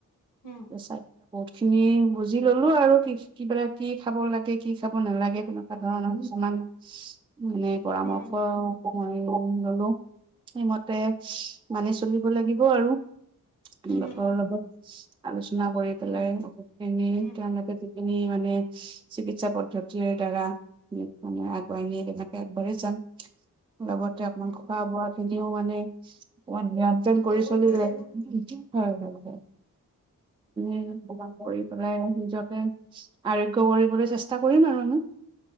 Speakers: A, on the left; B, on the right.
A: উম
B: চাই বহুত খিনি বুজি ললো আৰু কি কিবা কি খাব লাগে কি চাব নালাগে তেনেকুৱা ধৰণৰান <inaudible> মানে পৰামৰ্শ
A: উম
B: <unintelligible> ললো সেইমতে মানে চলিব লাগিব আৰু
A: উম
B: লগৰ লগত আলোচনা কৰি পেলাই
A: উম
B: অশোস তেওঁকে
A: উম
B: যি <unintelligible> খিনি মানে চিকিৎসা পদ্ধতিৰ দ্বাৰা মানে আগুৱাই নিয়ে তেনেকে আগবাঢ়ি যাম লগতে অকমান
A: উম,
B: খোৱা বোৱা খিনিও মানে অমান নিয়ন্ত্ৰণ
A: ঠিকে
B: কৰি
A: কৰিব
B: চলিলে
A: লাগিব
B: হয় হয় হয় এ কৰি পেলাই নিজকে আৰোগ্য কৰিবলৈ চেষ্টা কৰিম আৰু আমি